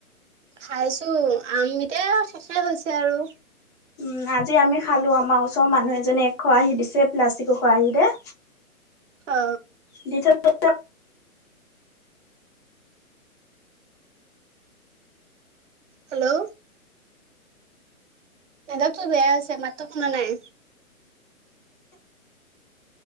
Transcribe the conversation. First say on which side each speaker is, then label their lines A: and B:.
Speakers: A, on the right (about 55°); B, on the left (about 20°).
A: খাইছোঁ আম এতিয়া শেষ আৰু।
B: উম আজি আমি খালো আমাৰ ওচৰৰ মানুহ এজনে এক খৰাহি দিছে প্লাষ্টিকৰ খৰাহিতে।
A: অ।
B: <inaudible>
A: হেল্ল'অ। নেটৱৰ্কটো বেয়া হৈছে মাতো শুনা নাই।